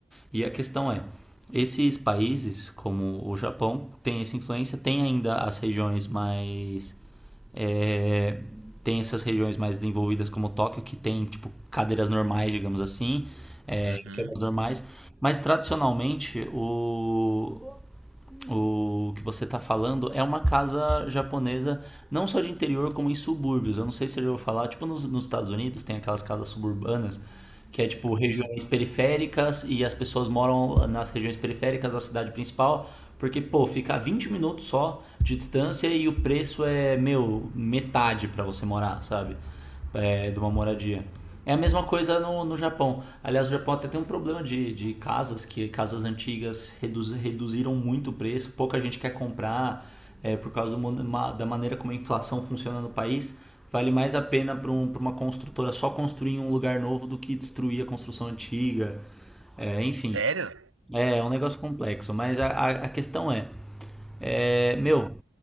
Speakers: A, in the centre; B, on the right.
A: E a questão é, esses países, como o Japão, tem essa influência, tem ainda as regiões mais é, tem essas regiões mais desenvolvidas como Tóquio, que tem, tipo, cadeiras normais, digamos assim, é,
B: Uhum,
A: cadeiras normais, mas tradicionalmente o, o que você está falando é uma casa japonesa, não só de interior, como em subúrbios. Eu não sei se eu já ouviu falar, tipo nos, nos Estados Unidos tem aquelas casas suburbanas, que é tipo regiões
B: sim.
A: periféricas e as pessoas moram nas regiões periféricas da cidade principal, porque, pô, fica a 20 minutos só de distância e o preço é, meu, metade para você morar, sabe? é, de uma moradia. É a mesma coisa no, no Japão. Aliás, o Japão até tem um problema de, de casas, que casas antigas reduz, reduziram muito o preço, pouca gente quer comprar é, por causa do, da maneira como a inflação funciona no país. Vale mais a pena para um, pra uma construtora só construir um lugar novo do que destruir a construção antiga. É, enfim,
B: Sério?
A: é, é um negócio complexo. Mas a, a, a questão é, é, meu,